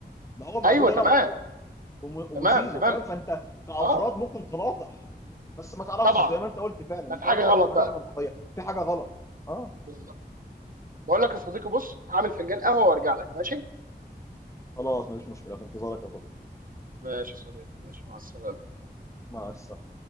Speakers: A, on the left; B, on the right.
A: ده هو موجود
B: ايوه
A: هنا
B: تمام
A: بالغلط وم- وزيزو
B: تمام تمام
A: فاهم فانت كافراد
B: اه
A: ممكن تناطح بس ما تعرفش
B: طبعا
A: زي ما انت قلت فعلا
B: ما
A: انت
B: في حاجه
A: قلت
B: غلط
A: اكتر حاجه
B: بقى
A: منطقيه في حاجه غلط اه
B: بالظبط بقول لك يا صديقي بص هعمل فنجان قهوه وارجع لك ماشي
A: خلاص مفيش مشكلة في انتظارك يا فضل
B: ماشي يا صديقي ماشي مع السلامه
A: مع السلامة